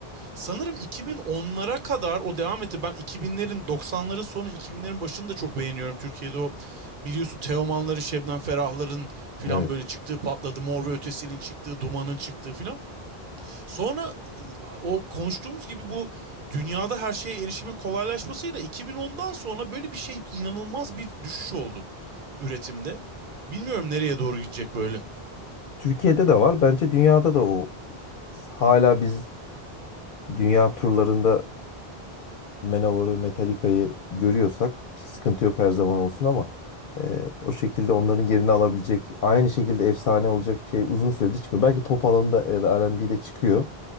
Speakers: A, on the right (about 55°); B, on the left (about 60°).
A: Sanırım 2010'lara kadar o devam etti. Ben 2000'lerin, 90'ların sonu 2000'lerin başını da çok beğeniyorum. Türkiye'de o biliyorsun Teomanların, Şebnem Ferahların filan
B: Evet.
A: böyle çıktığı patladı. Mor ve Ötesi'nin çıktığı, Duman'ın çıktığı filan. Sonra e, o konuştuğumuz gibi bu dünyada her şeye erişimin kolaylaşmasıyla 2010'dan sonra böyle bir şey inanılmaz bir düşüş oldu üretimde. Bilmiyorum nereye doğru gidecek böyle.
B: Türkiye'de de var. Bence dünyada da o hala biz dünya turlarında Manowar'ı, Metallica'yı görüyorsak ki sıkıntı yok her zaman olsun ama e, o şekilde onların yerini alabilecek aynı şekilde efsane olacak şey uzun süredir çıkmıyor. Belki pop alanında ya da R&B'de çıkıyor